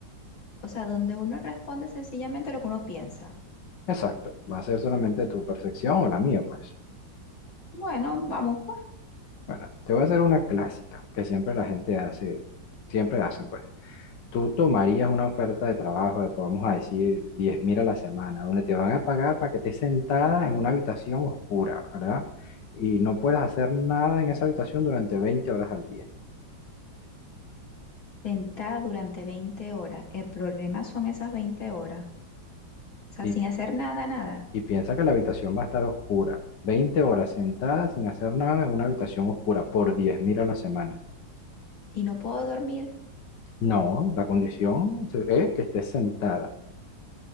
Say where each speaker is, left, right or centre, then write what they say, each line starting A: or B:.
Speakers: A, on the left; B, on the left.
A: O sea, donde uno responde sencillamente lo que uno piensa.
B: Exacto, va a ser solamente tu percepción o la mía, pues.
A: Bueno, vamos pues.
B: Bueno, te voy a hacer una clásica que siempre la gente hace, siempre hacen, pues. Tú tomarías una oferta de trabajo de, vamos a decir, diez mil a la semana, donde te van a pagar para que estés sentada en una habitación oscura, ¿verdad? Y no puedas hacer nada en esa habitación durante 20 horas al día.
A: Sentada durante 20 horas. El problema son esas 20 horas. O sea,
B: Y,
A: sin hacer nada, nada.
B: y piensa que la habitación va a estar oscura. veinte horas sentada sin hacer nada en una habitación oscura por diez mil a la semana.
A: Y no puedo dormir.
B: No, la condición se- es que estés sentada.